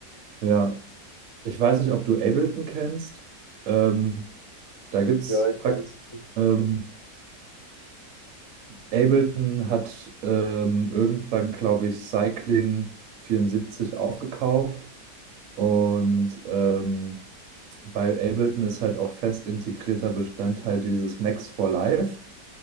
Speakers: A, on the right; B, on the left.
A: Ja. Ich weiß nicht, ob du Ableton kennst. Ähm, da gibt es
B: Ja, ich
A: praktisch.
B: kann's.
A: Ähm, Ableton hat ähm, irgendwann, glaube ich, Cycling 74 aufgekauft und ähm, bei Ableton ist halt auch fest integrierter Bestandteil dieses Max for Live.